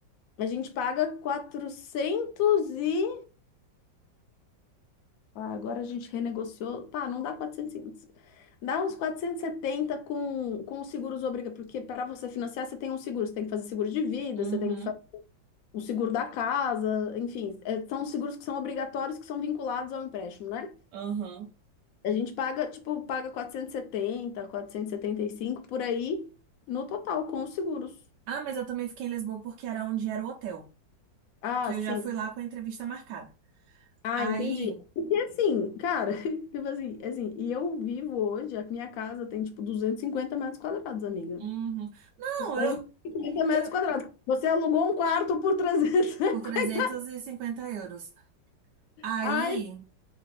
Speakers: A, on the left; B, on the right.
A: A gente paga 400 e Ah, Agora a gente renegociou. Pá, não dá 400, dá uns 470 com, com os seguros obrigatórios, porque para você financiar, você tem um seguro, você tem que fazer seguro de vida,
B: uhum,
A: você tem que fazer o seguro da casa, enfim, é, são os seguros que são obrigatórios, que são vinculados ao empréstimo, né?
B: aham.
A: A gente paga, tipo, paga quatrocentos quatrocentos e e setenta quatrocentos e setenta e cinco por aí no total com os seguros.
B: Ah, mas eu também fiquei em Lisboa porque era onde era o hotel.
A: Ah,
B: Que eu
A: sim.
B: já fui lá com a entrevista marcada.
A: Ah,
B: Aí.
A: entendi. Porque assim, cara, <laughs> tipo assim, assim, e eu vivo hoje, a minha casa tem tipo 250 metros quadrados, amiga.
B: uhum. Não, eu,
A: 250 metros
B: eu,
A: quadrados. Você alugou um quarto por trezentos e cinquenta.
B: por 350 euros. Aí,
A: Ai,